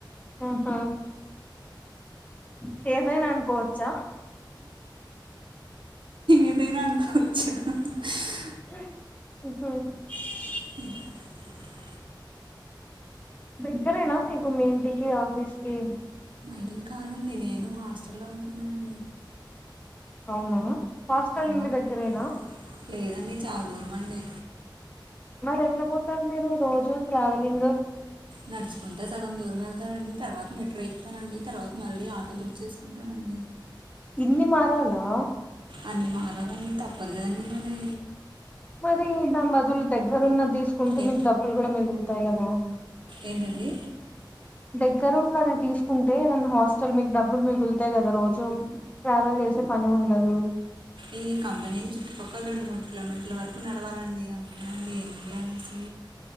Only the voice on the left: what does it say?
ఉహు ఉ ఏదైనా అనుకోవచ్చా
<inaudible>
దగ్గరేనా మీకు మీ ఇంటికి ఆఫీస్ కి
అవునా హాస్టల్
నుం దగ్గరేనా
మరి ఎట్లా పోతారు మీరు రోజు ట్రావెలింగ్
ఇన్ని మారాలా
మరి దాని బదులు దగ్గరున్న ద తీకుంటే
మీకు డబ్బులు కూడా మి అంటే కదా
దగ్గర ఉన్నది తీసుకుంటే ఏదనా హాస్టల్ మీకు డబ్బులు మిగులుతాయి కదా రోజు ట్రావెల్ చేసే పని ఉండదు.